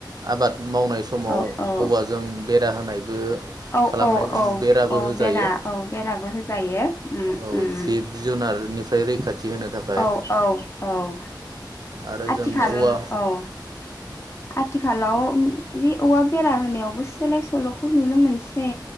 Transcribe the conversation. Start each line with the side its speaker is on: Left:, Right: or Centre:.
Right: आबाद मावनाय समाव
Left: औ औ
Right: औवाजों बेरा होनायबो
Left: औ
Right: खालामनाय
Left: औ औ
Right: बेराबो
Left: औ
Right: होजायो
Left: बेरा औ बेराबो होजायो उम
Right: औ
Left: उम
Right: जिब जुनारनिफ्राय रैखा थि होनो थाखाय
Left: औ औ औ
Right: आरो
Left: आथिखाल
Right: जों औवा
Left: औ आथिखालाव बे औवा बेरा होनायावबो सोलाय सोल'खौ नुनो मोनसै